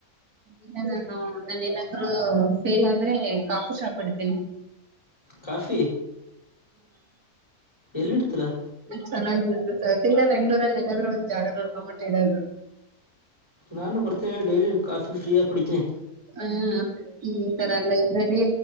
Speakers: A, on the right; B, on the left.
A: ಇಲ್ಲ ನಾನು ನಾನ ನಾದ್ರೂ ಫೇಲ್ ಆದ್ರೆ ಕಾಫು ಶಾಪ್ ಇಡ್ತೇನೆ
B: ಕಾಫಿ ಎಲ್ಲಿಡ್ತೀರಾ
A: ಚೆನ್ನಾಗ್ ಸತಿ ಇಲ್ಲ ಬೆಂಗ್ಗಳೂರಲ್ಲಿ ಎಲ್ಲಾದ್ರೂ ಒಂದ್ ಜಾಗ ನೋಡ್ಕೊಂಬಟ್ಟು ಇಡುವುದು
B: ನಾನು ಬರ್ತೀನಿ ಡೈಲಿ ಕಾಫಿ ಫ್ರೀಯಾಗಿ ಕುಡಿತೀನಿ
A: ಹ ಈ ಈ ತರ ಎಲ್ಲ ಇಬ್ರರಿ